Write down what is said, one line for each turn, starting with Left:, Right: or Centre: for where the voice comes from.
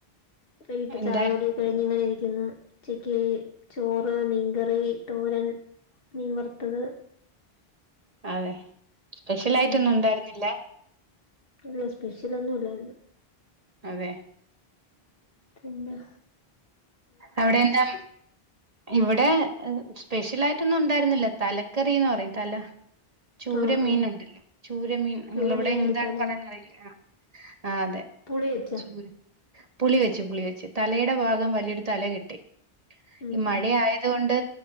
Left: വൈകീട്ട്
Right: എന്തായിരുന്നു
Left: ചായ കുടി കഴിഞ്ഞിങ്ങനെ ഇരിക്ക്‌ന്ന് ഉച്ചക്ക് ചോറ് മീൻകറി തോരൻ മീൻ വറ്ത്തത്
Right: അതെ സ്പെഷ്യലായിട്ടൊന്നും
Left: ഉം
Right: ഉണ്ടായിരുന്നില്ല
Left: ഇല്ല സ്പെഷ്യല് ഒന്നും ഇല്ലാര്ന്നു
Right: അതെ
Left: പിന്നെ
Right: അവിടെ എന്താ ഇവിടെ സ്പെഷ്യലായിട്ടൊന്നും ഉണ്ടായിരുന്നില്ല തലക്കറീന്ന് പറയും തല ചൂരമീൻ
Left: ആഹ് ആഹ്
Right: ഉണ്ടല്ലോ ചൂരമീൻ
Left: ചൂരമീനുണ്ട്
Right: നിങ്ങവിടെ എന്താണ്
Left: തല
Right: പറയാന്ന്റിയില്ല ആഹ് ആഹ് അതെ
Left: പുളി വെച്ചാ
Right: ചൂരമീൻ പുളി വെച്ച് പുളി വെച്ച് തലയുടെ ഭാഗം വലിയൊരു തല കിട്ടി
Left: ഉം
Right: ഈ മഴയായ
Left: ഉം
Right: അതുകൊണ്ട്